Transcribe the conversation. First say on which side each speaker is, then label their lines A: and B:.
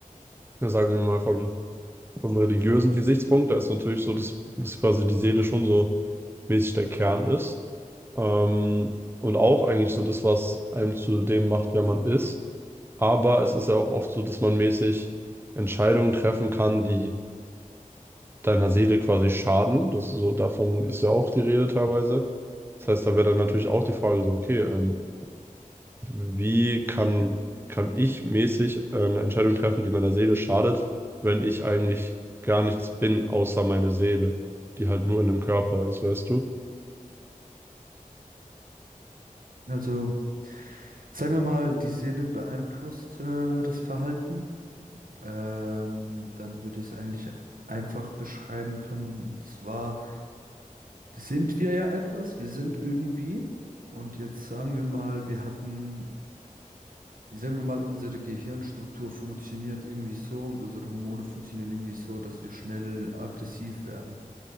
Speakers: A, on the right; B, on the right.
A: Ja, sagen wir mal vom, vom religiösen Gesichtspunkt, da ist natürlich so, dass, dass quasi die Seele schon so mäßig der Kern ist. Ähm, und auch eigentlich so das, was einem zu dem macht, wer man ist. Aber es ist ja auch oft so, dass man mäßig Entscheidungen treffen kann, die deiner Seele quasi schaden. Das ist so, davon ist ja auch die Rede teilweise. Das heißt, da wäre dann natürlich auch die Frage so, okay, ähm, wie kann, kann ich mäßig äh, eine Entscheidung treffen, die meiner Seele schadet, wenn ich eigentlich gar nichts bin, außer meine Seele, die halt nur in dem Körper ist, weißt du?
B: also sagen wir mal, die Seele beeinflusst äh, das Verhalten, ähm, dann würde ich es eigentlich einfach beschreiben können. Und zwar sind wir ja etwas, wir sind irgendwie. Und jetzt sagen wir mal, wir hatten, sagen wir mal, unsere Gehirnstruktur funktioniert irgendwie so und unsere Hormone funktionieren irgendwie so, dass wir schnell aggressiv werden.